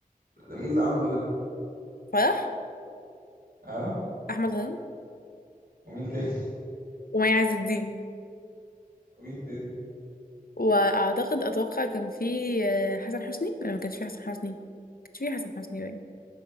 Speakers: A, on the right; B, on the left.
A: ده مين اللي عامله ده
B: فرح
A: اه
B: احمد هرم
A: ومين تاني
B: ومي عز الدين
A: <laughs> ومين تاني
B: واعتقد اتوقع كان في آه، حسن حسني ولا ما كانش في حسن حسني ما كانش في حسن حسني باين